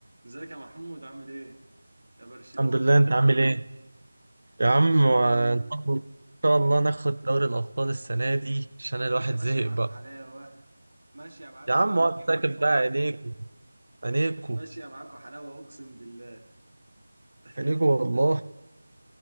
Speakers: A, on the right (about 90°); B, on the right (about 65°).
A: ازيك يا محمود عامل ايه؟ يا برشلوني
B: الحمد لله انت عامل ايه يا
A: يا
B: عم
A: برشلوني
B: آه، ان شاء الله ان شاء الله ناخد دوري الابطال السنه دي عشان
A: يا
B: الواحد
A: باشا ماشية
B: زهق
A: معاكوا
B: بقى
A: حلاوة ماشية معاكوا
B: يا عم
A: حلاوة ما
B: وقت
A: تتكلمش
B: ساكت
A: خالص
B: بقى عينيكو عينيكو
A: ماشية معاكوا حلاوة أقسم بالله <laughs>
B: عينيكو والله